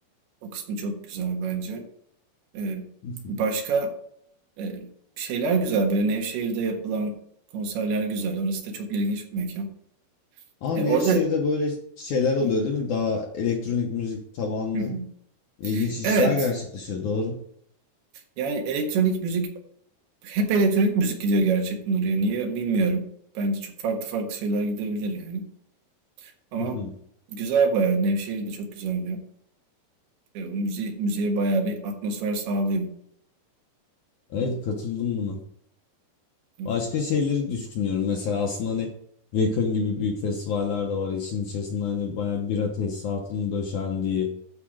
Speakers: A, on the right; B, on the left.
A: O kısmı çok güzel bence. Eee,
B: <laughs>
A: başka Eee, şeyler güzel, böyle, Nevşehir'de yapılan konserler güzel. Orası da çok ilginç bir mekân.
B: Aa
A: E,
B: Nevşehir'de
A: orada
B: böyle şeyler oluyor
A: Hı
B: değil mi? Daha elektronik müzik tabanlı
A: hı. hı.
B: ilginç işler
A: Evet,
B: gerçekleşiyor. Doğru. <laughs>
A: yani elektronik müzik hep elektronik müzik gidiyor gerçekten oraya. Niye bilmiyorum. Bence çok farklı farklı şeyler gidebilir yani. Ama
B: Hı hı.
A: güzel bayağı. Nevşehir de çok güzel bir yer. E, o müziği müziğe bayağı bir atmosfer sağlıyor.
B: Evet katıldım buna.
A: Hı hı.
B: Başka şeyleri düşünüyorum. Mesela aslında hani Wacken gibi büyük festivaller de var. İşin içerisinde hani bayağı bira tesisatının döşendiği